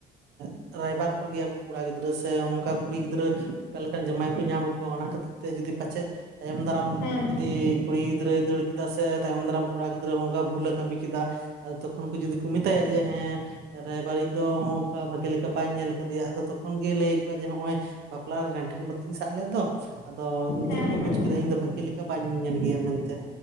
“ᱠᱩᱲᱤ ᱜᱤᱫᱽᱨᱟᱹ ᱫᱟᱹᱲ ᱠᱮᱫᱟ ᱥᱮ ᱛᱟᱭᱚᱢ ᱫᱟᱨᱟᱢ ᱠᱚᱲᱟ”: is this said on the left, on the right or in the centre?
Right